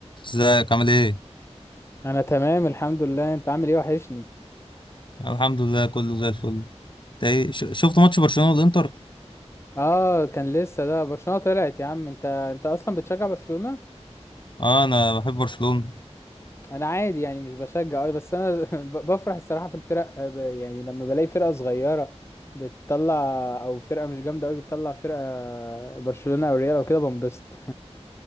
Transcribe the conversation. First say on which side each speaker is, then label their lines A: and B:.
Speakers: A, on the left; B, on the left.
A: ازيك عامل ايه؟
B: انا تمام الحمد لله انت عامل ايه وحشني
A: الحمد لله كله زي الفل انت ايه ش- شفت ماتش برشلونة والانتر؟
B: اه كان لسه ده برشلونة طلعت يا عم انت انت اصلا بتشجع برشلونة
A: اه انا بحب برشلونة
B: انا عادي يعني مش بشجع قوي بس انا <laughs> ب- بفرح الصراحة في الفرق آه، ب- يعني لما بلاقي فرقة صغيرة بتطلع او فرقة مش جامدة قوي بتطلع فرقة برشلونة او ريال او كده بنبسط